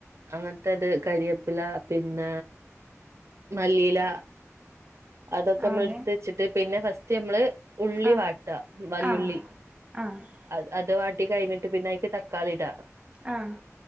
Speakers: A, on the right (about 60°); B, on the right (about 25°).
A: അങ്ങനത്തത് കരിയപ്പില പിന്ന മല്ലിയില. അതൊക്കെ
B: ആ
A: ഞമ്മള്
B: അതെ
A: എടുത്ത് വച്ചിട്ട് പിന്നെ ഫസ്റ്റ് നമ്മള് ഉള്ളി
B: ആ
A: വാട്ട വലിയുള്ളി
B: ആ ആ ആ
A: അ അത് വ ട്ടി കഴിഞ്ഞിട്ട് പിന്ന അനിക്ക് തക്കാളിടാ.
B: ആഹ്